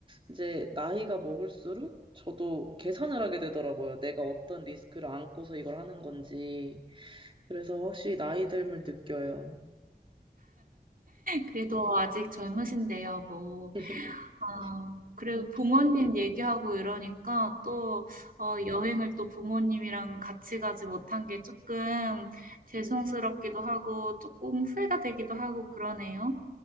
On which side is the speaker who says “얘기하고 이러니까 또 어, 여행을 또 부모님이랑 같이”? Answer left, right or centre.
Right